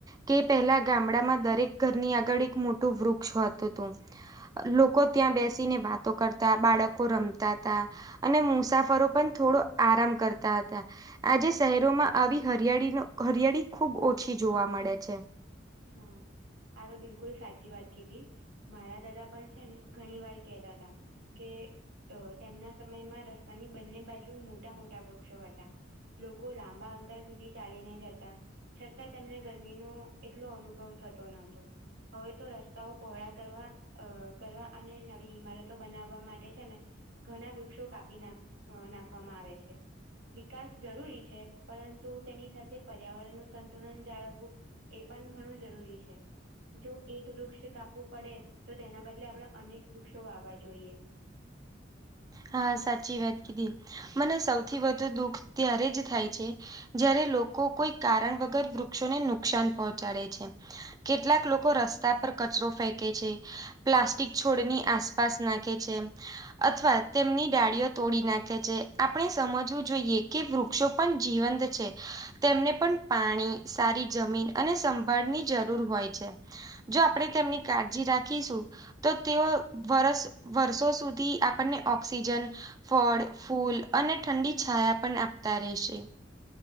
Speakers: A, on the right (about 20°); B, on the right (about 80°).
A: કે પહેલા ગામડામાં દરેક ઘરની આગળ એક મોટું વૃક્ષ હોતું તું. લોકો ત્યાં બેસીને વાતો કરતા, બાળકો રમતા હતા. અને મુસાફરો પણ થોડો આરામ કરતા હતા. આજે શહેરોમાં આવી હરિયાળીનો હરિયાળી ખુબ ઓછી જોવા મળે છે.
B: હમ્મ. આ તો બિલકુલ સાચી વાત કીધી મારા દાદા પણ છે ને ઘણી વાર કેહેતા હતા. કે તેમના સમયમાં રસ્તાની બંને બાજુ મોટા મોટા વૃક્ષો હતા. લોકો લાંબા અંતર સુધી ચાલીને જતા છતાં તેમને ગરમીનો એ ટલો અનુભવ થતો નતો. હવે તો રસ્તાઓ પહોળા કરવા અ કરવા અને નવી ઈમારતો બનાવવા માટે છે ને ઘણા વૃક્ષો કાપી નાખ નાખવામાં આવે છે. વિકાસ જરૂરી છે પરંતુ તેની સાથે પર્યાવરણ નું સંતુલન જાળવવું એ પણ ઘણું જરૂરી છે. જો એક વૃક્ષ કાપવું પડે તો તેના બદલે આપણે અનેક વૃક્ષો વાવા જોઈએ.
A: હા સાચી વાત કીધી મને સૌથી વધુ દુઃખ ત્યારે જ થાય છે. જયારે લોકો કોઈ કારણ વગર વૃક્ષોને નુકસાન પહોંચાડે છે. કેટલાક લોકો રસ્તા પર કચરો ફેંકે છે. પ્લાસ્ટિક છોડની આસપાસ નાખે છે અથવા તેમની ડાળીઓ તોડી નાખે છે, આપણે સમજવું જોઈએ કે વૃક્ષો પણ જીવંત છે. તેમને પણ પાણી, સારી જમીન અને સંભાળની જરૂર હોય છે. જો આપણે તેમની કાળજી રાખીશું તો તેઓ વરસ વર્ષો સુધી આપણને ઓક્સિજન, ફળ, ફૂલ, અને ઠંડી છાયા પણ આપતા રહેશે.